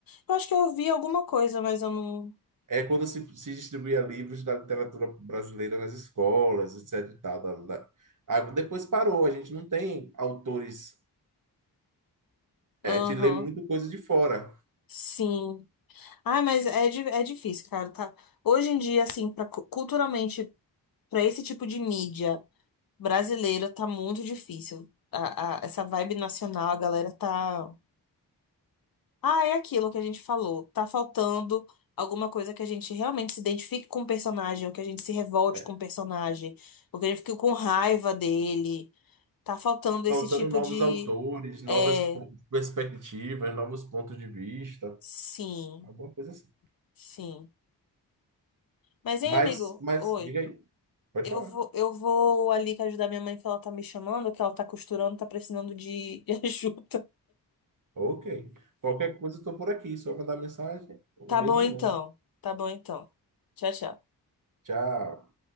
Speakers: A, on the left; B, on the right.
A: Eu acho que eu ouvi alguma coisa, mas eu não.
B: É quando se, se distribuía livros da literatura brasileira nas escolas, etc. e tal, da- da- Ah, depois parou, a gente não tem autores,
A: Aham.
B: é, a gente lê muito coisa de fora.
A: Sim. Ai, mas é, di- é difícil, cara, tá? Hoje em dia, assim, pra, cu- culturalmente, pra esse tipo de mídia brasileira, tá muito difícil. A, a- essa vibe nacional, a galera tá. Ah, é aquilo que a gente falou. Tá faltando alguma coisa que a gente realmente se identifique com o personagem, ou que a gente se revolte
B: É,
A: com o personagem, ou que a gente fique com raiva dele. Tá faltando
B: faltando
A: esse tipo
B: novos
A: de.
B: autores, novas
A: É,
B: po- perspectivas, novos pontos de vista,
A: sim,
B: alguma coisa assim.
A: sim. Mas, hein,
B: Mas,
A: amigo?
B: mas,
A: Oi.
B: diga aí, pode
A: Eu
B: falar.
A: vou, eu vou ali que ajudar minha mãe, que ela tá me chamando, que ela tá costurando, tá precisando de <laughs> de ajuda.
B: Ok. Qualquer coisa, eu estou por aqui, só mandar mensagem, o
A: Tá
B: mesmo
A: bom então.
B: nome.
A: Tá bom então. Tchau, tchau.
B: Tchau.